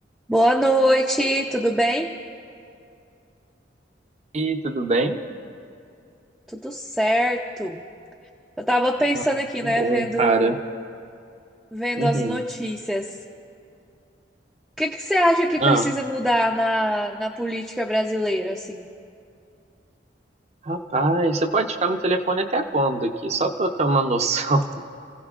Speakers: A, in the centre; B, on the right.
A: Boa noite, tudo bem?
B: E tudo bem?
A: Tudo certo. Eu tava pensando
B: Ah,
A: aqui,
B: que
A: né,
B: bom,
A: vendo,
B: cara.
A: vendo
B: Uhum.
A: as notícias. O que que você acha que precisa
B: Ah,
A: mudar na, na política brasileira, assim?
B: rapaz, você pode ficar no telefone até quando aqui? Só pra eu ter uma noção.